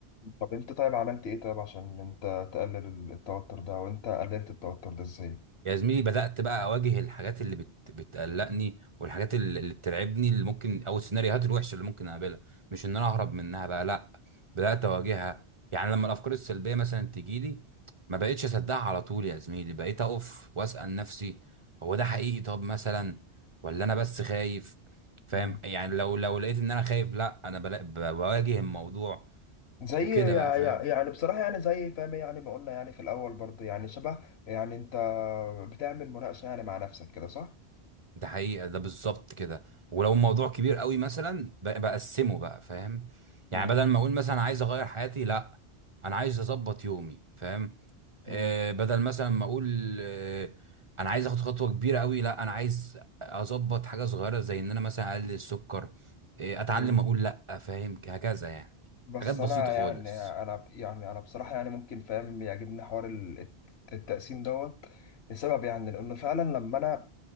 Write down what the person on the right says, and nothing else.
يا زميلي بدأت بقى أواجه الحاجات اللي بت... بتقلقني والحاجات اللي اللي بترعبني اللي ممكن أو السيناريوهات الوحشة اللي ممكن أقابلها مش إن أنا أهرب منها بقى لأ بدأت أواجهها يعني لما الأفكار السلبية مثلا تجيلي ما بقتش أصدقها على طول يا زميلي بقيت أقف وأسأل نفسي هو ده حقيقي طب مثلا ولا أنا بس خايف فاهم
يعني لو لو لقيت إن أنا خايف لأ أنا بلا... ب- بواجه الموضوع
وكده
بقى فاهم
ده حقيقة ده بالظبط كده ولو الموضوع كبير قوي مثلا ب- بقسمه بقى فاهم
يعني بدل ما اقول مثلا عايز اغير حياتي لا انا عايز اظبط يومي فاهم
آه بدل مثلا ما اقول آه انا عايز اخد خطوة كبيرة قوي لا انا عايز اظبط حاجة صغيرة زي ان انا مثلا اقلل السكر آه اتعلم
اقول لا فاهم هكذا يعني
حاجات بسيطة
خالص